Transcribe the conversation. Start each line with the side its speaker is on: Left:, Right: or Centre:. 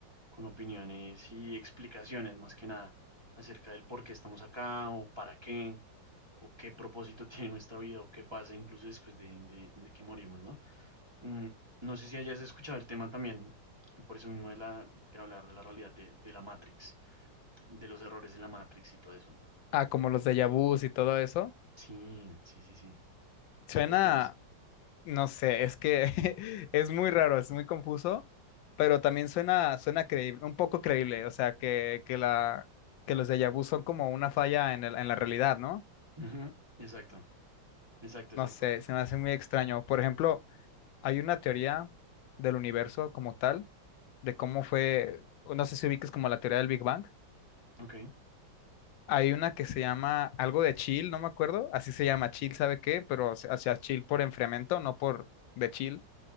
Right: con opiniones y explicaciones más que nada acerca del por qué estamos acá o para qué o qué propósito <laughs> tiene nuestra vida o qué pasa incluso después de, de- de que morimos, ¿no? Mm, no sé si hayas escuchado el tema también, por eso mismo de, la, de hablar de la realidad de, de la Matrix, de los errores de la Matrix y todo eso.
Left: Ah, como los déjà vus y todo eso.
Right: Sí, sí, sí, sí.
Left: Suena,
Right: ¿Tú qué opinas?
Left: no sé, es que <laughs> es muy raro, es muy confuso, pero también suena, suena creíble, un poco creíble, o sea, que, que la, que los déjà vus son como una falla en el- en la realidad, ¿no?
Right: <laughs> Ujú, Exacto, exacto,
Left: No
Right: exacto.
Left: sé, se me hace muy extraño. Por ejemplo, Hay una teoría del universo como tal, de cómo fue, no sé si ubiques como la teoría del Big Bang.
Right: Ok,
Left: Hay una que se llama algo de chill, no me acuerdo, así se llama chill, ¿sabe qué? Pero se- o sea, chill por enfriamiento, no por de chill.